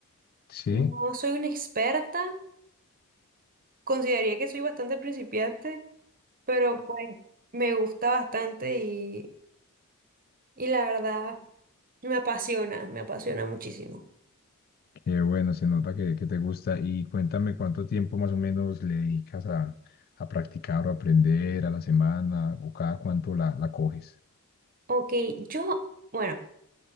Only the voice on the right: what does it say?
No soy una experta, consideraría que soy bastante principiante, pero pues me gusta bastante y, y la verdad me apasiona, me apasiona muchísimo.
Ok, yo, bueno.